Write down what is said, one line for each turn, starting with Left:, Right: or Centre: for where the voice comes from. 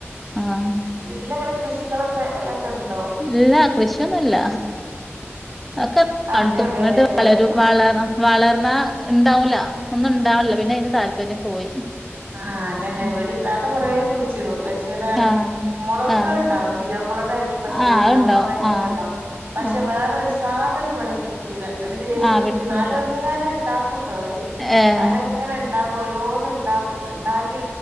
Centre: ആഹ്
Right: വീട്ടിലെങ്ങനെ കൃഷികൾ എന്തെലൊക്കെ ഉണ്ടോ
Centre: ഇല്ല കൃഷിയൊന്നുംല്ല ഒക്കെ
Right: അതിനെവിടെയല്ലേ
Centre: <unintelligible>
Right: നേരം
Centre: വളരും വളണം വളർന്ന ഉണ്ടാവൂല്ല ഒന്നും ഉണ്ടാവ്ണില്ല പിന്നെ അയിന് താല്പര്യം പോയി
Right: ആഹ് അതന്നെ
Centre: ഉം
Right: എവിടെ ഇത്താത്ത കുറേ കുഴിച്ചിടും പക്ഷെ ഇതാണ്
Centre: ആഹ്
Right: മുളകൾണ്ടാവും
Centre: ആഹ്
Right: ചീരമുളകായിട്ടും പച്ചമുള
Centre: ആഹ്
Right: ഉണ്ട
Centre: അത്ണ്ടാവും
Right: മുളകായിട്ടും ഒക്കെ
Centre: ആഹ്
Right: ഉണ്ടാവും പക്ഷെ
Centre: ആഹ്
Right: വേറൊരു സ് സാധനം ഇവിടെ പിടിക്കൂല ഒരു ദേഷ്യം
Centre: ആഹ്
Right: പിടിക്കും
Centre: പിടിക്കണില്ല
Right: എന്നാലും അങ്ങനെ ഉണ്ടാക്കും ട്ടോ അവര്
Centre: ഏഹ്
Right: അവരങ്ങനെ ഉണ്ടാ ഓരോന്ന് ഉണ്ടാക്കും ഉണ്ടാക്കി